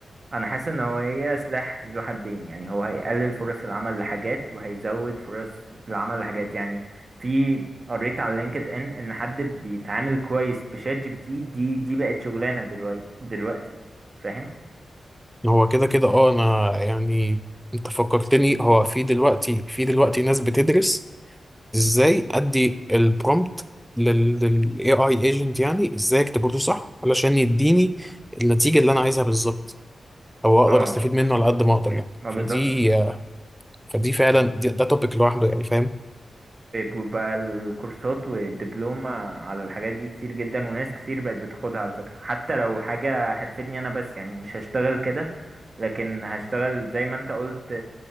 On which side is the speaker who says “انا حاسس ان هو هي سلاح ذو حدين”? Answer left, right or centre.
Right